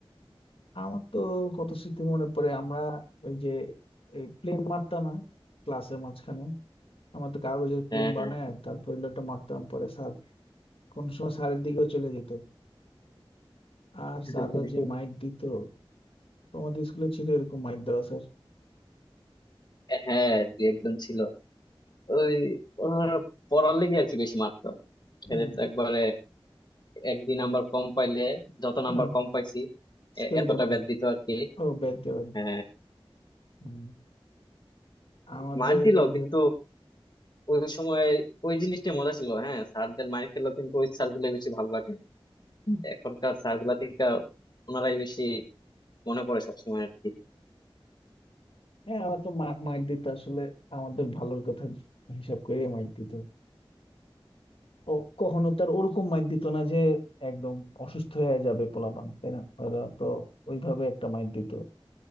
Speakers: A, on the left (about 70°); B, on the left (about 50°).
A: আমার তো কত স্মৃতি মনে পড়ে আমরা ওই যে প্লেন মারতাম না ক্লাসের মাঝখানে আমরা তো কাগজের প্লেন
B: হ্যাঁ
A: বানায়
B: হ্যাঁ
A: তারপর ওটা মারতাম পরে স্যার কোন সময় স্যারের দিকেও চলে যেত আর
B: <laughs>
A: স্যাররা যে মাইট দিত তোমাদের স্কুলে ছিল এরকম মাইট দেওয়া স্যার
B: হ্যাঁ দু একজন ছিল ওই ওনারা পড়ার লেগে আর কি বেশি মারতো
A: হুম
B: এদের তো একবারে এক দুই নাম্বার কম পাইলে যত নাম্বার
A: হ্যাঁ
B: কম পাইছি
A: স্কেল
B: এ- এতটা
A: দিয়ে বাড়ি
B: ব্যাদ দিত আর কি
A: ও ব্যাট দিয়ে বাড়ি
B: হ্যাঁ
A: হুম, আমাদের
B: মার দিল
A: হইলো-
B: কিন্তু ওই সময় ওই জিনিসটা মজা ছিল হ্যাঁ স্যারদের মাইর খেলেও কিন্তু ওই স্যার গুলো বেশি ভালো লাগে
A: হুম,
B: এখনকার স্যার গুলা থেকে ওনারাই বেশি মনে পড়ে সবসময় আর কি
A: হ্যাঁ আমরা তো মা- মাইট দিত আসলে আমাদের ভালোর কথা হিসাব করে মাইট দিত ও কখনো তার ওরকম মাইট দিত না যে একদম অসুস্থ হয়ে যাবে পোলাপান তাই না ওরা তো ওইভাবে একটা মাইট দিত